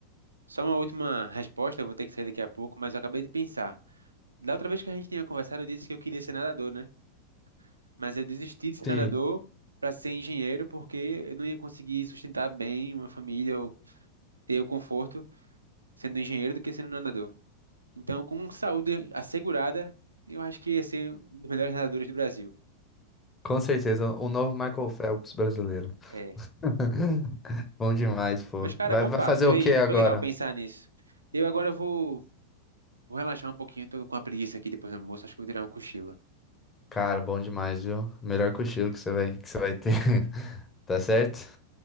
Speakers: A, on the right; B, on the left.
A: Só uma última resposta, eu vou ter que sair daqui a pouco, mas eu acabei de pensar. Da outra vez que a gente tinha conversado, eu disse que eu queria ser nadador, né? Mas eu desisti de ser
B: Sim,
A: nadador para ser engenheiro porque eu não ia conseguir sustentar bem uma família ou ter o conforto sendo engenheiro do que sendo nadador. Então, com saúde assegurada, eu acho que ia ser um dos melhores nadadores do Brasil.
B: com certeza, o novo Michael Phelps brasileiro.
A: É.
B: <laughs> Bom demais, pô.
A: Mas, cara,
B: Vai,
A: bom
B: vai
A: papo.
B: fazer
A: Foi,
B: o que agora?
A: foi legal pensar nisso. Eu agora vou Vou relaxar um pouquinho, tô com a preguiça aqui depois do almoço, acho que vou tirar um cochilo.
B: Cara, bom demais, viu? Melhor cochilo que você vai, que você vai ter, <laughs> tá certo?